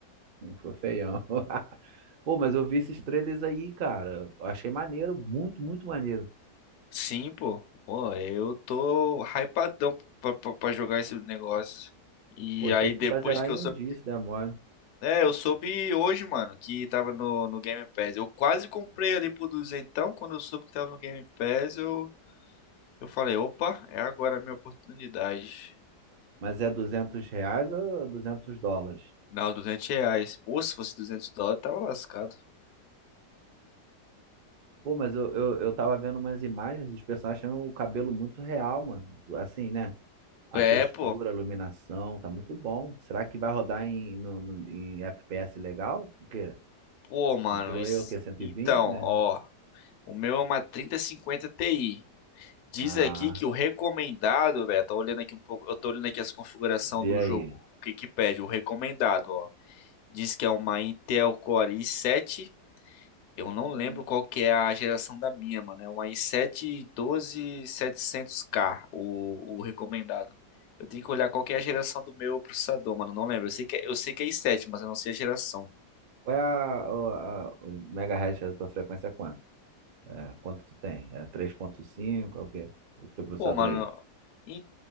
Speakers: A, on the right; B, on the left.
A: Hum, Foi feião. <laughs> Pô, mas eu vi esses trailers aí, cara. Eu Achei maneiro, muito, muito maneiro.
B: Sim, pô. Pô, eu tô hypadão pra, pra, pra jogar esse negócio. E
A: Pô, isso
B: aí
A: aí
B: depois
A: tu vai zerar
B: que
A: em
B: eu soube
A: um dia, se der mole.
B: É, eu soube hoje, mano, que tava no, no Game Pass. Eu quase comprei ali por duzentão. Quando eu soube que tava no Game Pass, eu, eu falei, opa, é agora a minha oportunidade.
A: Mas é 200 reais ou 200 dólares?
B: Não, 200 reais. Pô, se fosse 200 dólares, tava lascado.
A: Pô, mas eu, eu, eu tava vendo umas imagens, os personagens tinham o cabelo muito real, mano. Assim, né? A
B: É,
A: textura,
B: pô.
A: a iluminação, tá muito bom. Será que vai rodar em, no, no- em FPS legal? O quê?
B: Pô, mano,
A: No teu
B: isso...
A: aí é o quê? cento
B: Então,
A: e vinte, né?
B: ó, o meu é uma 3050 Ti. Diz
A: Ah,
B: aqui que o recomendado, velho, tô olhando aqui um pouco, eu tô olhando aqui as configurações
A: vê
B: do
A: aí.
B: jogo, o que que pede, o recomendado, ó. Diz que é uma Intel Core i7 Eu
A: Hum,
B: não lembro qual que é a geração da minha, mano. É um i7 12700K, o, o recomendado. Eu tenho que olhar qual que é a geração do meu processador, mano. Não lembro. Eu sei que é, eu sei que é i7, mas eu não sei a geração.
A: Qual é a, o- a, o megahertz da tua frequência? É quanto? É, quanto tu tem? É 3.5? É o quê? O teu processador
B: Pô, mano,
A: aí.
B: e